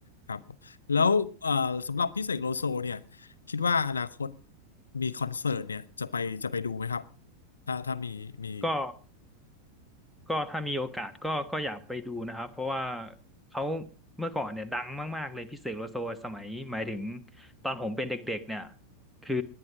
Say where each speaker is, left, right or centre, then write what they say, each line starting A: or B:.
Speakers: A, on the left; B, in the centre.
A: ครับ แล้วเอ่อสำหรับพี่เสกโลโซเนี่ยคิดว่าอนาคตมีคอนเสิร์ตเนี่ยจะไปจะไปดูไหมครับ ถ้าถ้ามีมี
B: ก็ ก็ถ้ามีโอกาสก็ก็อยากไปดูนะครับเพราะว่าเขาเมื่อก่อนเนี่ยดังมากๆเลยพี่เสกโลโซสมัยหมายถึงตอนผมเป็นเด็กๆเนี่ยคือ